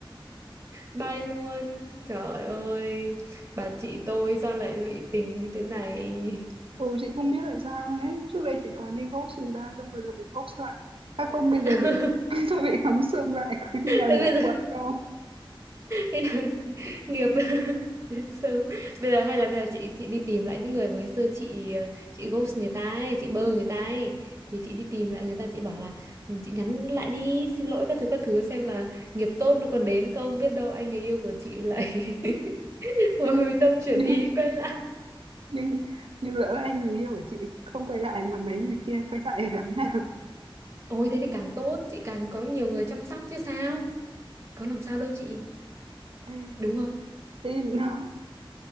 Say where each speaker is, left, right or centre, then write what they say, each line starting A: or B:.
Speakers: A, on the right; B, on the right.
A: Bye luôn. Trời ơi. Bà chị tôi sao lại lụy tình như thế này?
B: Ừ chị không biết là sao đấy. Trước đây chị toàn đi ghost người ta xong bây giờ bị ghost lại. À không
A: <laughs>
B: bây giờ bị <laughs> tôi bị cắm sừng lại có khi nào
A: Bây
B: nhập
A: giờ
B: quật không?
A: nên là <laughs> nghiệp <laughs> đến sớm bây giờ hay là bây giờ chị chị đi tìm lại những người mà ngày xưa chị ờ, chị ghost người ta ấy chị bơ người ta ấy thì chị đi tìm lại người ta chị bảo là "Ừ, chị nhắn lại đi xin lỗi các thứ các thứ xem là nghiệp tốt nó còn đến không biết đâu anh người yêu của chị lại <laughs> hồi
B: Ê,
A: hồi tâm chuyển
B: nhưng
A: ý quay lại
B: nhưng nhưng lỡ anh người yêu của chị không quay lại mà mấy người kia quay lại thì làm nào?
A: ôi thế thì càng tốt chị càng có nhiều người chăm sóc chứ sao có làm sao đâu chị
B: Ê,
A: đúng không
B: thế nó